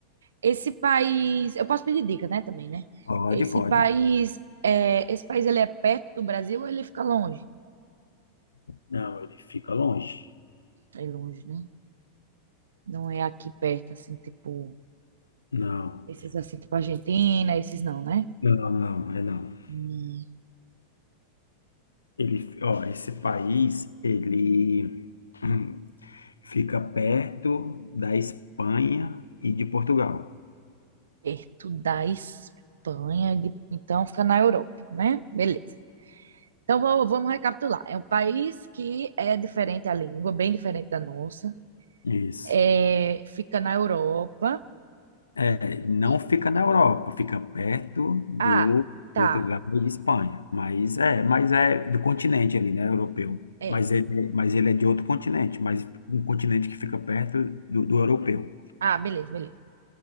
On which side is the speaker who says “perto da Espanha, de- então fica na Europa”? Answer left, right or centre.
Right